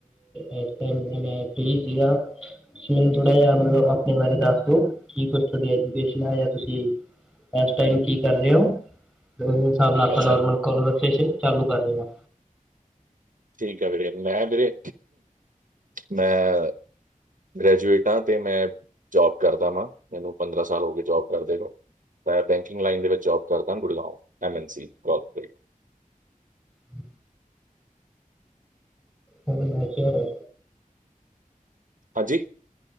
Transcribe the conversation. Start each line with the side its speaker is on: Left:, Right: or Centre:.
Centre: ਇਸ ਟਾਇਮ ਫ੍ਰੀ ਸੀਗਾ। ਤੁਸੀਂ ਮੈਨੂੰ ਥੋੜਾ ਜਿਹਾ ਮਤਲਬ ਆਪਣੇ ਬਾਰੇ ਦੱਸ ਦੋ ਕੀ ਕੁਛ ਤੁਹਾਡੀ ਐਜੂਕੇਸ਼ਨ ਆ ਜਾਂ ਤੁਸੀਂ, ਇਸ ਟਾਈਮ ਕੀ ਕਰ ਰਹੇ ਹੋ ਹਿਸਾਬ ਨਾਲ ਆਪਰ
Right: ਅੱਛਾ
Centre: ਚਾਲੂ ਕਰ ਰਹੇ ਹਾਂ।
Right: ਠੀਕ ਆ ਵੀਰੇ ਮੈਂ ਵੀਰੇ ਮੈਂ, ਗ੍ਰੈਜੂਏਟ ਹਾਂ ਤੇ ਮੈਂ ਜੋਬ ਕਰਦਾ ਵਾਂ ਮੈਨੂੰ ਪੰਦਰਾਂ ਸਾਲ ਹੋ ਕੇ ਜੋਬ ਕਰਦੇ ਨੂੰ, ਪਾਇਆ ਬੈਂਕਿੰਗ ਲਾਈਨ ਦੇ ਵਿੱਚ ਜੋਬ ਕਰਦਾ ਗੁੜਗਾਓ ਐੱਮਐਨਸੀ ਕਾਰਪੋਰੇਟ
Centre: ਹ ਹ ਮੈਸ਼ਰ
Right: ਹਾਂਜੀ